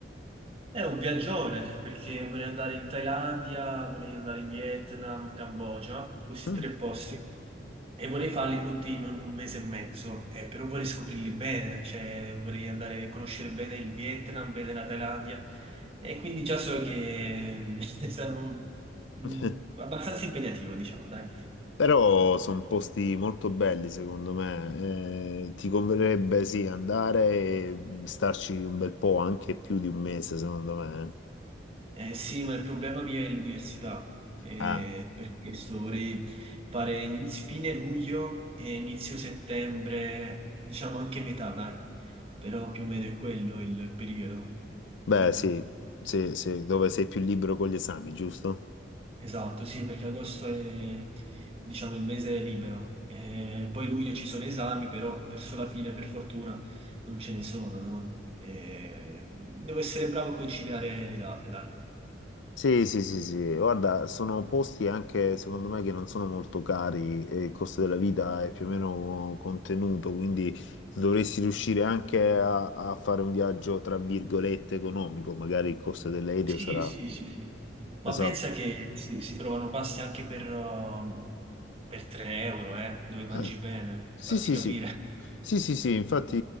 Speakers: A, on the right; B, on the left.
A: È un viaggione, perché vorrei andare in Thailandia, vorrei andare in Vietnam, Cambogia, questi
B: Ah.
A: tre posti. E vorrei farli tutti in un un mese e mezzo, eh, però vorrei scoprirli bene, cioè vorrei andare a conoscere bene il Vietnam, bene la Thailandia, e quindi già so che mm, <laughs> sarò mm,
B: <laughs>
A: abbastanza impegnativo, diciamo, dai.
B: Però sono posti molto belli, secondo me. Eh, ti converrebbe sì andare e starci un bel po', anche più di un mese, secondo me. eh.
A: Eh, sì, ma il problema mio è l'università, eh,
B: Ah,
A: per questo vorrei fare inizio- fine luglio e inizio settembre, diciamo anche metà, dai, però più o meno è quello il periodo,
B: beh,
A: capito?
B: sì, sì, sì, dove sei più libero con gli esami, giusto?
A: Esatto, sì, perché agosto è, diciamo, il mese libero. Eh, poi luglio ci sono esami, però verso la fine, per fortuna, non ce ne sono, no? Eh, devo essere bravo a conciliare le date, dai.
B: Sì, sì, sì, sì, guarda, sono posti anche secondo me che non sono molto cari e il costo della vita è più o meno contenuto, quindi dovresti riuscire anche a, a fare un viaggio tra virgolette economico, magari il costo dell'aereo
A: Sì,
B: sarà
A: sì, sì, sì. Ma
B: esatto.
A: pensa che si, si trovano pasti anche per, um, per 3 euro, eh, dove mangi
B: Eh,
A: bene,
B: Sì,
A: farti
B: sì,
A: capire.
B: sì. Sì, sì, sì, infatti